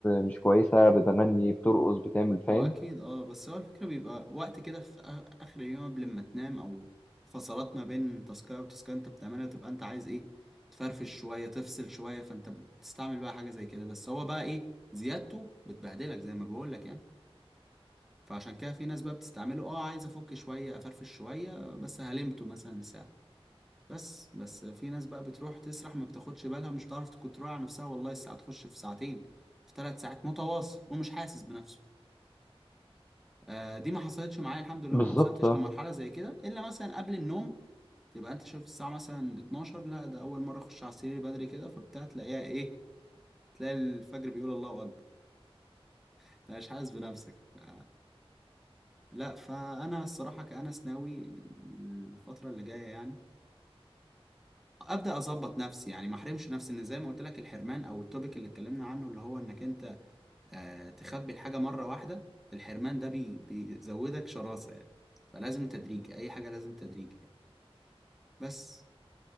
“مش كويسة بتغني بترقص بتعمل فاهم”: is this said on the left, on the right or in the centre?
Left